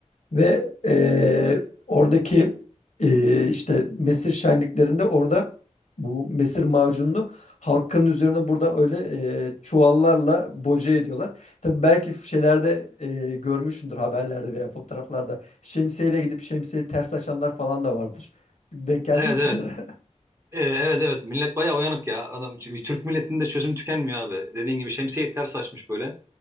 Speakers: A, on the left (about 70°); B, on the right (about 20°).
A: Ve e, oradaki e, işte mesir şenliklerinde orada bu mesir macununu halkın üzerine burada öyle e, çuvallarla boca ediyorlar. Tabii belki şeylerde e, görmüşsündür haberlerde veya fotoğraflarda şemsiyeyle gidip şemsiyeyi ters açanlar falan da vardır. Denk geldi
B: Evet
A: mi hiç
B: evet.
A: onlara? <laughs>
B: E, evet evet. Millet bayağı uyanık ya. Adam, Türk milletinde çözüm tükenmiyor abi. Dediğin gibi şemsiyeyi ters açmış böyle.